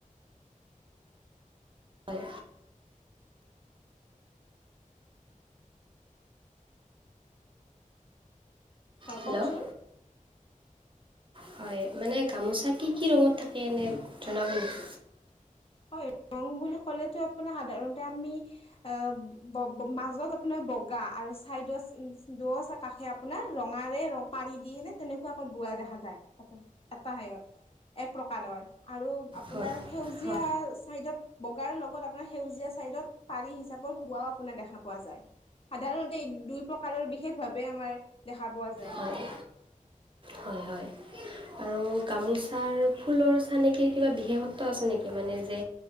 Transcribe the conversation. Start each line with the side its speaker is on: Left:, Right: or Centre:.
Right: হয়।
Left: হয়
Right: হেল্ল'
Left: কওকচোন
Right: হয় মানে গামোচা কি কি ৰঙত থাকে এনে জনাব নেকি?
Left: হয় ৰং বুলি ক'লেতো আপোনাৰ সাধাৰণতে আমি এ মাজত আপোনাৰ বগা আৰু চাইডত দ কাষে আপোনাৰ ৰঙাৰে ৰ পাৰি দি এনে তেনেকুৱাকৈ বুঢোৱা দেখা যায় এ এটা ঠাইত। এক প্ৰকাৰৰ আৰু আপোনাৰ
Right: হয়
Left: সেউজীয়া
Right: হয়
Left: চাইডত বগাৰ লগত আপোনাৰ সেউজীয়া চাইদত পাৰী হিচাপত বোৱাও আপোনাৰ দেখা পোৱা যায়। সাধাৰণতে দুই প্ৰকাৰৰ বিশেষ ভাৱে আমাৰ দেখা পোৱা যায়।
Right: হয়, হয়, হয় আৰু গামোচাৰ ফুলৰ চানেকিৰ কিবা বিশেষত্ব আছে নেকি মানে যে